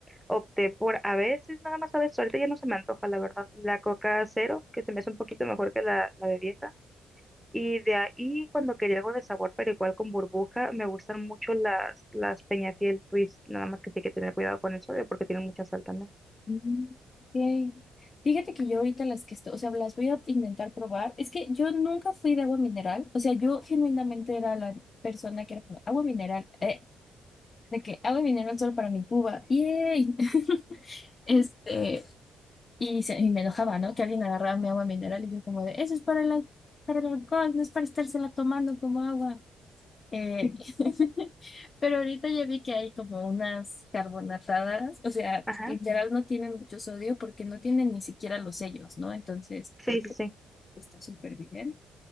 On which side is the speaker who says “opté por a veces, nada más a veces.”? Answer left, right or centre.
Centre